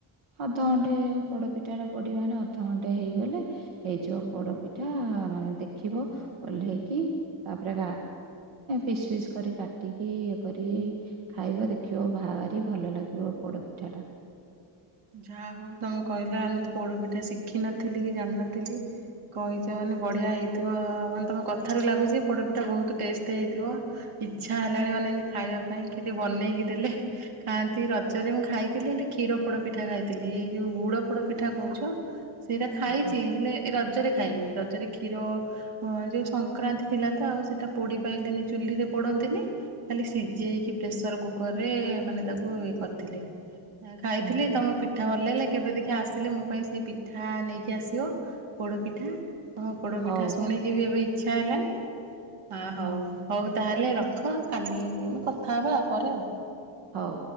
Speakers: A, on the right; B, on the right.
A: ଅଧଘଣ୍ଟେ ପୋଡପିଠା ର ପଡି ମାନେ ଅଧଘଣ୍ଟେ ହେଇଗଲେ ହେଇଯିବ ପୋଡ ପିଠା ମାନେ ଦେଖିବ ଓହ୍ଲେଇକି ତାପରେ ପିସ୍ ଫିସ୍ କରି କାଟିକି ଇଏ କରିକି ଖାଇବ ଦେଖିବ ବାହାରି ଭଲ ଲାଗିବ ପୋଡ ପିଠାଟା।
B: ଯାହା ହଉ ତମେ କହିଲା ଆମେ ତ ପୋଡ ପିଠା ଶିଖିନଥିଲି କି ଜାଣିନଥିଲି। କହିଛ ମାନେ ବଢ଼ିଆ ହେଇଥିବ, ମାନେ ତମ କଥାରୁ ଲାଗୁଛି ପୋଡ଼ପିଟା ବହୁତ ଟେଷ୍ଟ ହେଇଥିବ ଇଚ୍ଛା ହେଲାଣି ମାନେ ଏମିତି ଖାଇବା ପାଇଁ କିଏ ଟିକେ ବନେଇକି ଦେଲେ ଖାଆନ୍ତି ରଜରେ ମୁଁ ଖାଇଥିଲି ହେଲେ କ୍ଷୀର ପୋଡ ପିଠା ଖାଇଥିଲି ଏଇ ଯୋଉ ଗୁଡ ପୋଡ ପିଠା କହୁଛ ସେଇଟା ଖାଇଛି
A: ହଁ
B: ହେଲେ ଏ ରଜରେ ଖାଏନି ରଜରେ କ୍ଷୀର ହ ଯେଉଁ ସଂକ୍ରାନ୍ତି ଥିଲା ତ ଆଉ ସେଇଟା ପୋଡ଼ି ପାଇଲେନି ଚୁଲିରେ ପୋଡ଼ନ୍ତିନି। ଖାଲି ସିଝେଇେଇକି ପ୍ରେସର କୁକର ରେ ମାନେ ତାକୁ ଇଏ କରିଥିଲେ ଏ
A: ହଁ
B: ଥିଲେ ତମ ପି ପିଠା ଭଲ ଲାଗଲେ କେବେ ଦେଖିବା ଆସିଲେ ମୋ ପାଇଁ ସେ ପିଠା ନେଇକି ଆସିବ ପୋଡ଼ ପିଠା। ହଁ ପୋଡ
A: ହଉ
B: ପିଠା ଶୁଣକିିବି ଏବେ ଇଚ୍ଛା ହେଲାଣି। ହ ହଉ ହଉ ତାହେଲେ ରଖ କାଲି ଆମ କଥା ହେବା ଆଉ ପରେ ଆଉ।
A: ହଉ।